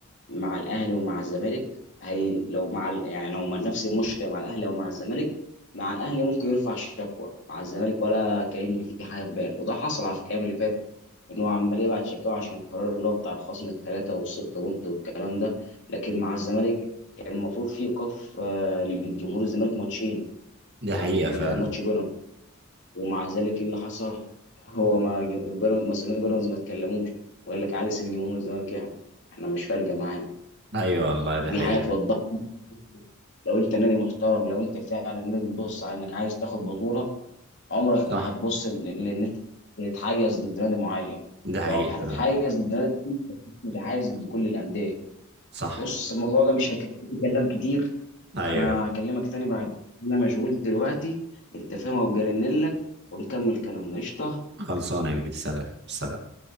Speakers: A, on the left; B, on the right.
A: مع الاهلي ومع الزمالك هي لو مع ال- يعني لو ما- نفس المشكله مع الاهلي او مع الزمالك مع الاهلي ممكن يرفع شكوى مع الزمالك ولا كأن في حاجه في باله وده حصل على فكره الأيام اللي فات ان هو عمال يبعت شكاوى عشان القرار اللي هو بتاع الخصم الثلاثه والسته بونت والكلام ده لكن مع الزمالك كان المفروض في ايقاف آه، للجمهور الزمالك ماتشين
B: دي
A: في
B: حقيقة
A: الماتش
B: فعلا
A: بيراميدز ومع ذلك ايه اللي حصل؟ هو ما ج- بيراميدز- مسؤولين بيراميدز ما اتكلموش وقال لك عادي سيب جمهور الزمالك يحضر احنا مش فارقه معانا
B: ايوه والله دي
A: دي
B: حقيقة
A: حاجه توضح لك لو انت نادي محترم لو انت فعلا نادي بتبص على انك عايز تاخد بطوله عمرك
B: صح
A: ما هتبص ل- لان انت تتحيز ضد نادي معين
B: دي حقيقة
A: لو هتتحيز ضد نادي معين متحيز ضد كل الانديه
B: صح
A: بص الموضوع ده مش هيكفي كلام كتير
B: ايوه
A: انا هكلمك تاني بعد انا مجهول دلوقتي انت فاهم وجرنلك ونكمل كلامنا قشطه
B: خلصانة يا كبير سلام سلام